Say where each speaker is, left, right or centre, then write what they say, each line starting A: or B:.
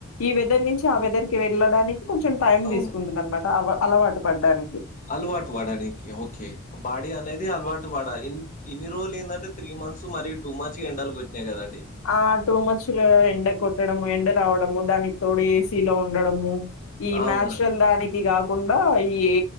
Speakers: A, on the left (about 80°); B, on the left (about 35°).
A: ఈ వెదర్ నుంచి ఆ వెదర్ కి వెళ్ళడానికి కొంచెం టైం
B: అవునండి
A: తీసుకుంటుంది అనమాట అలవాటు పడడానికి
B: అలవాటు పడనికి ఓకే బాడి అనేది అలవాటు పడ ఇ ఇన్ని రోజులు ఏందంటే త్రీ మంత్స్ మరిీ టూ మచ్ గ ఎండలు కొట్టినాయి కదండి
A: ఆ టూ మచ్చులు ఎండ కొట్టడము ఎండ రావడము దానికి తోడు ఏసీలో ఉండడము ఈ
B: అవునండి.
A: నాచురల్ దానికి కాకుండా ఈ ఏ